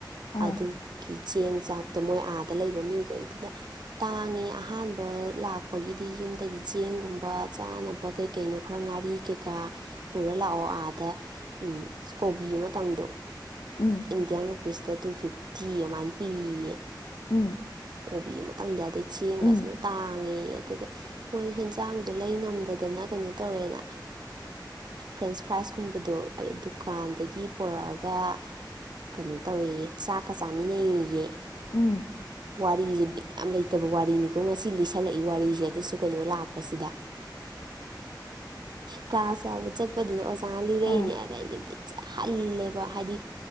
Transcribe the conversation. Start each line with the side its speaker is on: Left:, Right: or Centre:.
Left: ꯑꯥ
Right: ꯑꯗꯨꯒꯤ ꯆꯦꯡ ꯆꯥꯛꯇꯣ ꯃꯣꯏ ꯑꯥꯗ ꯂꯩꯕ ꯃꯤꯈꯩꯗꯨꯅ ꯇꯥꯡꯉꯦ ꯑꯍꯥꯟꯕ ꯂꯥꯛꯄꯒꯤꯗꯤ ꯌꯨꯝꯗꯒꯤ ꯆꯦꯡꯒꯨꯝꯕ ꯆꯥꯅꯕ ꯀꯩꯀꯩꯅꯣ ꯈ ꯈꯔ ꯉꯥꯔꯤ ꯀꯩꯀꯥ ꯄꯨꯔ ꯂꯥꯛꯑꯣ ꯑꯥꯗ ꯀꯣꯕꯤ ꯑꯃꯗꯣ
Left: ꯎꯝ
Right: ꯏꯟꯗꯤꯌꯥ ꯔꯐꯁꯇ ꯇꯨ ꯐꯤꯐꯇꯤ ꯑꯗꯨꯃꯥꯏꯅ ꯄꯤꯌꯦ
Left: ꯎꯝ
Right: ꯀꯣꯕꯤ ꯑꯃꯇꯪꯗ ꯑꯗꯩ ꯆꯦꯡꯒꯁꯤꯅ
Left: ꯎꯝ
Right: ꯇꯥꯡꯉꯦ ꯑꯗꯨꯒ ꯃꯣꯏ ꯍꯦꯟꯁꯥꯡꯗꯣ ꯂꯩ ꯉꯝꯗꯗꯅ ꯀꯩꯅꯣ ꯀ ꯇꯧꯔꯦꯅ ꯐ꯭ꯔꯦꯟꯁ ꯐ꯭ꯔꯥꯏꯖꯀꯨꯝꯕꯗꯣ ꯑꯩ ꯗꯨꯀꯥꯟꯗꯒꯤ ꯄꯨꯣꯔꯛꯑꯒ ꯀꯩꯅꯣ ꯇꯧꯋꯦꯌꯦ ꯆꯥꯛꯀ ꯆꯥꯃꯤꯟꯅꯩꯌꯦ
Left: ꯎꯝ
Right: ꯋꯥꯔꯤꯔꯤꯖꯕꯤ ꯌꯥꯝ ꯂꯩꯇꯕ ꯋꯥꯔꯤꯅꯤꯀꯣ ꯉꯁꯤ ꯂꯤꯁꯜꯂꯛꯏ ꯋꯥꯔꯤꯁꯦ ꯑꯗꯨꯁꯨ ꯀꯩꯅꯣ ꯂꯥꯛꯄꯁꯤꯗ ꯀ꯭ꯂꯥꯁ ꯌꯥꯎꯕ ꯆꯠꯄꯗꯨꯗ ꯆꯔꯅꯤ
Left: ꯑꯥ
Right: ꯌꯥꯔ ꯍꯜꯂꯦꯕ ꯍꯥꯏꯗꯤ